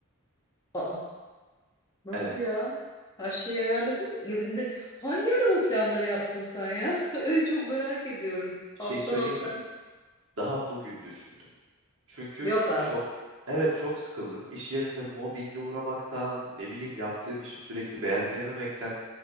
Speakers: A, on the left; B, on the right.
A: Aa, nasıl
B: Evet.
A: ya? Her şeyi ayarladın. Ya, bir de hangi ara bu planları yaptın sen ya? <laughs> Çok merak ediyorum.
B: Bir
A: Alttan
B: şey söyleyeyim
A: alttan.
B: mi? Daha bugün düşündüm. Çünkü
A: Yok artık.
B: çok evet çok sıkıldım. İş yerinde mobbinge uğramaktan, ne bileyim yaptığım işi sürekli beğendirememekten